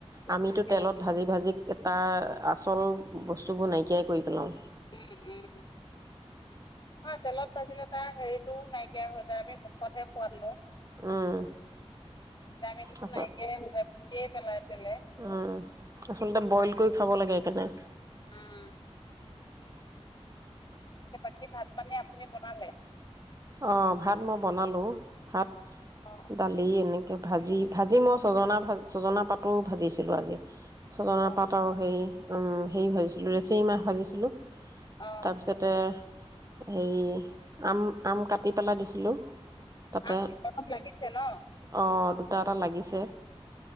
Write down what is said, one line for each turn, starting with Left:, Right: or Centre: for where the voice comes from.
Left: বেছিকে
Right: আমিতো তেলত
Left: উম
Right: ভাজি ভাজি তাৰ আচল বস্তুবোৰ নাইকিয়াই কৰি পেলাওঁ
Left: উ উ নহয় তেলত ভাজিলে তাৰ হেৰিটো নাইকিয়া হৈ যায় আমি মুখতহে সোৱাদ লওঁ
Right: উম,
Left: ভিটামিনো
Right: আচল
Left: নাইকিয়া এ হৈ যায় শেষে পেলাই পেলে
Right: উম আচলতে বইল কৰি খাব লাগে একানে।
Left: উম বাকী ভাত পানী আপুনি বনালে
Right: অঁ, ভাত মই বনালোঁ ভাত
Left: অ
Right: দালি এনেকে ভাজি ভাজি মই চজনা ভ চজনা পাতো ভাজিছিলো আজি চজনা
Left: অ
Right: পাত আৰু হেৰি। অঁ, হেৰি ভাজিছিলোঁ লেছেৰি মাহ ভাজিছিলোঁ।
Left: অ
Right: তাৰপিছতে হেই আম আম কাটি পেলাই দিছিলোঁ। তাতে
Left: আম গছত লাগিছে ন।
Right: অঁ দুটা এটা লাগিছে